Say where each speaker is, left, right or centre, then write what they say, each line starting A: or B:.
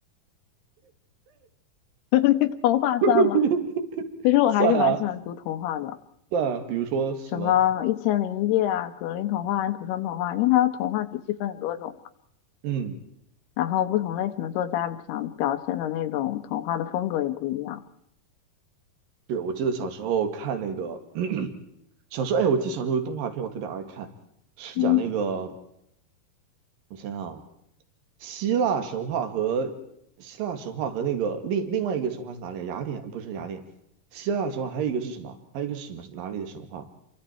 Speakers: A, on the left; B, on the right.
A: <laughs> 你童话算吗？
B: <laughs>
A: 其实我还是蛮喜欢读童话的。
B: 算啊，算啊，比如说什么？
A: 什么《一千零一夜》啊、《格林童话》和《土生童话》，因为它的童话体系分很多种嘛，
B: 嗯，
A: 然后不同类型的作家想表现的那种童话的风格也不一样。
B: 是我记得小时候看那个，<clears throat> 小时候，哎，我记得小时候有动画片，我特别爱看，是讲那个，
A: 嗯，
B: 我想想啊，希腊神话和希腊神话和那个另另外一个神话是哪里啊？雅典不是雅典，希腊神话还有一个是什么？还有一个是什么？哪里的神话？